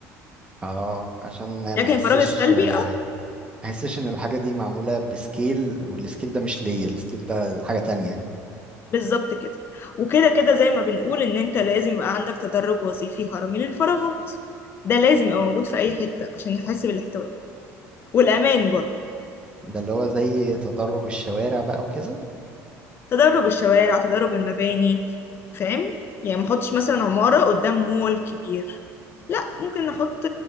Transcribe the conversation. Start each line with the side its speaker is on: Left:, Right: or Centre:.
Right: اه عشان
Left: لكن
Right: ما احسش
Left: الفراغ السلبي
Right: ما
Left: اه
Right: احسش ان الحاجه دي معموله بسكيل والسكيل ده مش ليا السكيل ده حاجه تانية
Left: بالظبط كده وكده كده زي ما بنقول ان انت لازم يبقى عندك تدرج وظيفي هرمي للفراغات ده لازم يبقى موجود في اي حتة عشان يحاسب الاحتواء والامان برضو
Right: ده اللي هو زي تدرج الشوارع بقى وكده
Left: تدرج الشوارع تدرج المباني فاهم يعني ما احطش مثلا عمارة قدام مول كبير لا ممكن نحط